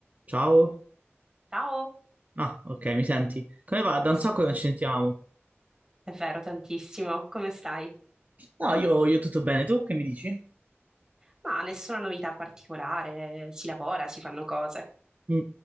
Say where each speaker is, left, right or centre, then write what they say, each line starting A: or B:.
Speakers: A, on the right; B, on the right.
A: Ciao.
B: Ciao,
A: Ah, ok, mi senti? Come va? Da un
B: sì,
A: sacco che non ci sentiamo.
B: è vero, tantissimo. Come stai?
A: No, io, io tutto bene, tu che mi dici?
B: Ma nessuna novità particolare, si lavora, si fanno cose.
A: Mm.